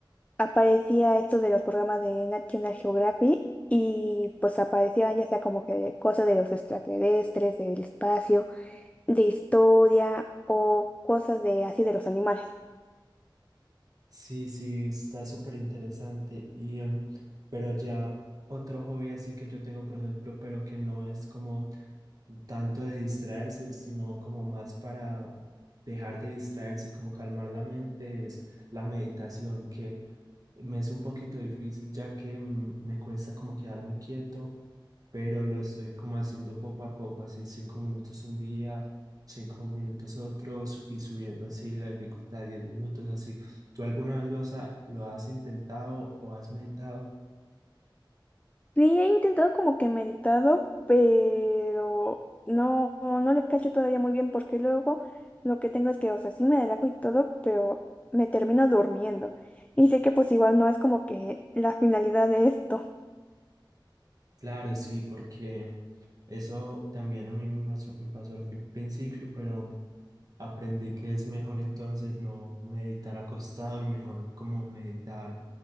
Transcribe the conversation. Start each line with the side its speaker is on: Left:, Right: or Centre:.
Left: aparecía esto de los programas de National Geographic y pues aparecían ya sea como que de cosas de los extraterrestres, del espacio, de historia o cosas de así de los animales.
Right: Sí, sí, está súper interesante. Y, em, pero ya otro hobby así que yo tengo, por ejemplo, pero que no es como tanto de distraerse, sino como más para dejar de distraerse, como calmar la mente, es la meditación, que Me es un poquito difícil ya que mm, me cuesta como quedarme quieto, pero lo estoy como haciendo poco a poco, así cinco minutos un día, cinco minutos otros y subiendo así la dificultad, diez minutos así. ¿Tú alguna vez lo has, a- lo has intentado o has meditado?
Left: Sí, he intentado como que meditado, pero no, no le cacho todavía muy bien porque luego lo que tengo es que, o sea, sí me relajo y todo, pero me termino durmiendo. Y sé que pues igual no es como que la finalidad de esto.
Right: Claro, sí, porque eso también a mí me pasó, me pasó al fin- principio, pero aprendí que es mejor entonces no meditar acostado y mejor como meditar